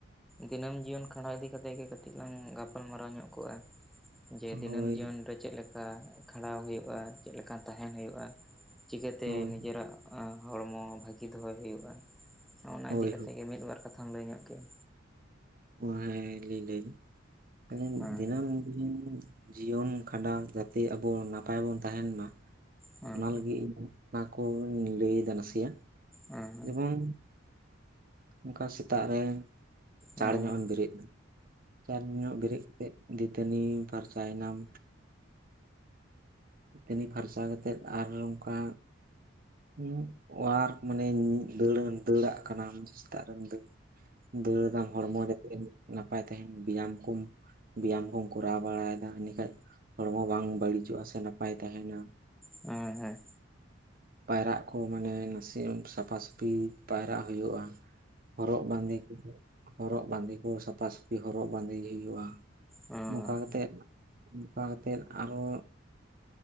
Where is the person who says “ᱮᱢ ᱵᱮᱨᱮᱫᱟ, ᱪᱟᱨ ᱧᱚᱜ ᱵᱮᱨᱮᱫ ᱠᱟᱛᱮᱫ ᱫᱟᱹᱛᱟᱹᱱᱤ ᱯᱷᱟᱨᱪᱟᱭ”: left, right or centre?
Right